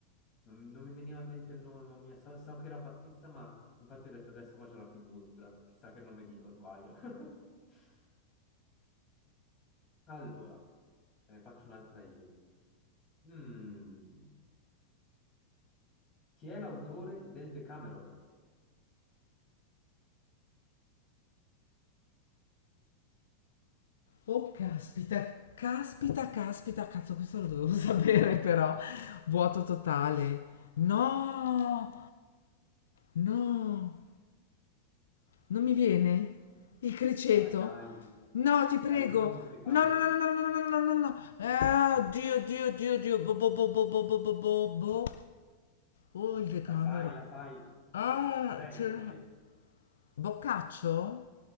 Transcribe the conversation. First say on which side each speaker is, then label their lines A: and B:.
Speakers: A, on the left; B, on the left.
A: Non, non mi veniva in mente il nome, mamma mia. So, so che era Battista, ma infatti ho detto adesso faccio la figura. Chissà che nome dico, sbaglio. <laughs> Allora, te ne faccio un'altra io. Mm, Chi è l'autore del Decameron?
B: Oh, caspita, caspita, caspita, cazzo, questo lo dovevo <laughs> sapere però. Vuoto totale. No, no. Non mi viene? Il criceto?
A: Dai, dai,
B: No, ti prego!
A: l'autore del Decameron,
B: No, no, no, no, no, no, no, no, no, no! Ah, Dio, Dio, Dio, Dio! Bo, bo, bo, bo, bo, bo, bo, bo, bo. Oh, il decamero!
A: la sai, la sai,
B: Ah,
A: C'è- ci sei,
B: c'era...
A: ci sei,
B: Boccaccio?